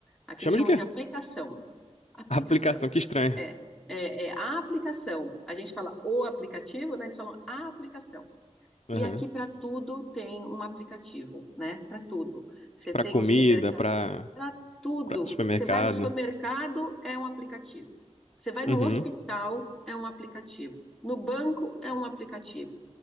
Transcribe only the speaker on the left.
Chama
de quê?
Aplicação, que estranho.
Aham.
Pra
comida,
pra,
pra supermercado.
Uhum.